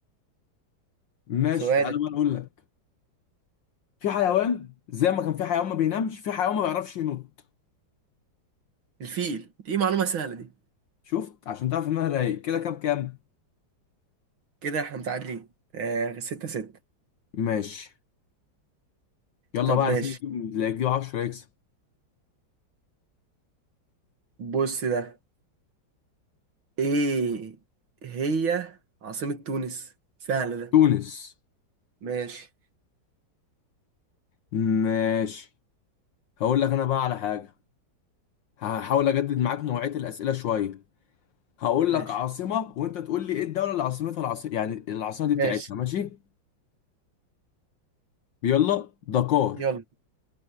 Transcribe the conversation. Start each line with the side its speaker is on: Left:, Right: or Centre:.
Left: ماشي
Right: سؤالك
Left: تعالى بقى اقول لك في حيوان زي ما كان في حيوان ما بينامش في حيوان ما بيعرفش ينط
Right: الفيل دي معلومة سهلة دي
Left: شفت عشان تعرف انها رايق كده كام كام
Right: كده احنا متعادلين آه ستة ستة
Left: ماشي يلا
Right: طب
Left: بقى
Right: ماشي
Left: عايزين نجيب اللي يجيب 10 يكسب
Right: بص ده ايه هي عاصمة تونس سهلة ده
Left: تونس
Right: ماشي
Left: ماشي هقول لك انا بقى على حاجه هحاول اجدد معاك نوعيه الاسئله شويه هقول
Right: ماشي
Left: لك عاصمه وانت تقول لي ايه الدوله اللي عاصمتها العاصمه يعني العاصمه دي بتاعتها
Right: ماشي
Left: ماشي يلا دكار
Right: يلا